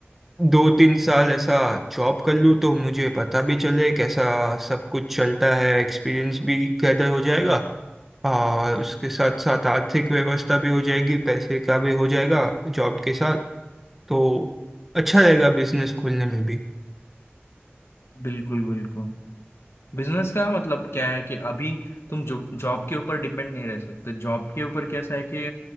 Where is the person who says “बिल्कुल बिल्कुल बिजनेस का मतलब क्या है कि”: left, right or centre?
Left